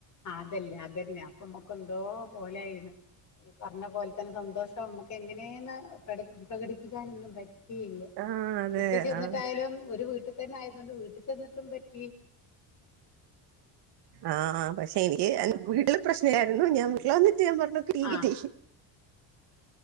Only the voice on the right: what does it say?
ആ അതെ
ആ
ആഹ് പക്ഷെ എനിക്ക് വീട്ടില് പ്രശ്നിലാ എന്നു ഞാൻ വീട്ടിലന്നിട്ട് ഞാൻപറഞ്ഞു എനിക്ക് ട്ടി
കിട്ടി